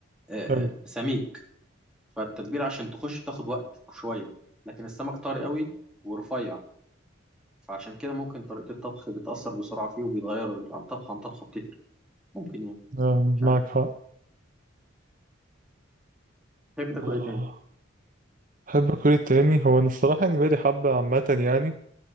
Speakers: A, in the centre; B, on the right.
A: آه،
B: ايوه
A: آه، سميك فالتتبيله عشان تخش تاخد وقت شويه لكن السمك طري قوي ورفيع فعشان كده ممكن طريقة الطبخ بتأثر بسرعة فيه وبيتغير عن طبخة عن طبخة بتفرق ممكن يعني
B: آه،
A: مش
B: معك
A: عارف
B: حق
A: تحب تاكل
B: آه،
A: ايه تاني؟
B: احب اكل إيه تاني هو انا الصراحه يعني بقالي حبه عامه يعني